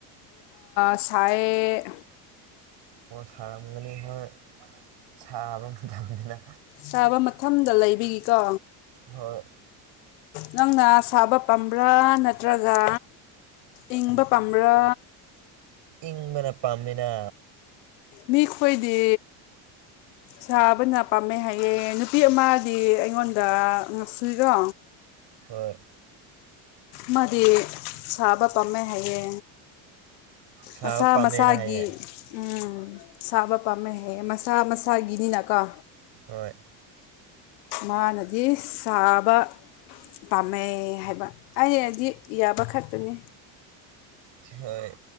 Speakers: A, on the left; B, on the right.
A: ꯁꯌꯦ
B: ꯑꯣ ꯁꯥꯔꯝꯒꯅꯤ ꯍꯣꯏ ꯁꯥꯕ ꯃꯇꯝꯅꯤꯅ
A: ꯁꯥꯕ ꯃꯊꯝꯗ ꯂꯩꯕꯒꯤꯀꯣ
B: ꯍꯣꯏ
A: ꯅꯪꯅ ꯁꯥꯕ ꯄꯥꯝꯕ꯭ꯔꯥ ꯅꯠꯇ꯭ꯔꯒ ꯏꯪꯕ ꯄꯥꯝꯕ꯭ꯔꯥ
B: ꯏꯪꯕꯅ ꯄꯥꯝꯃꯤꯅ
A: ꯃꯤꯈꯣꯏꯗꯤ
B: <inaudible>
A: ꯁꯥꯕꯅ ꯄꯥꯝꯃꯦ ꯍꯥꯏꯌꯦ ꯅꯨꯄꯤ ꯑꯃꯗꯤ ꯑꯩꯉꯣꯟꯗ ꯉꯥꯛꯁꯨꯨꯏꯔꯣ
B: ꯍꯣꯏ
A: ꯃꯥꯗꯤ ꯁꯥꯕ ꯄꯥꯝꯃꯦ ꯍꯥꯏꯌꯦ
B: ꯁꯥꯕ
A: ꯃꯁꯥ
B: ꯄꯥꯝꯃꯦꯅ
A: ꯃꯁꯥꯒꯤ
B: ꯍꯥꯏꯌꯦ
A: ꯎꯝ ꯁꯥꯕ ꯄꯥꯝꯃꯦ ꯍꯦꯛ ꯃꯁꯥ ꯃꯁꯥꯒꯤꯅꯤꯅꯀꯣ
B: ꯍꯣꯏ
A: ꯃꯥꯅꯗꯤ ꯁꯥꯕ ꯄꯥꯝꯃꯦ ꯑꯦ ꯍꯥꯏꯕ ꯑꯩꯗꯤ ꯌꯥꯕ ꯈꯛꯇꯅꯦ
B: ꯍꯣꯏ